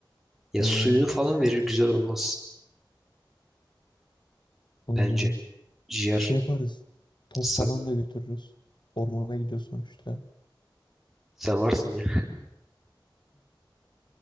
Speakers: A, in the centre; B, on the left (about 65°).
A: Ya
B: Ha,
A: suyunu falan verir güzel olmaz
B: anladım.
A: bence. Ciğer
B: Şey yaparız. Top
A: sak
B: falan da götürürüz. Ormana gidiyor sonuçta.
A: sen varsın ya.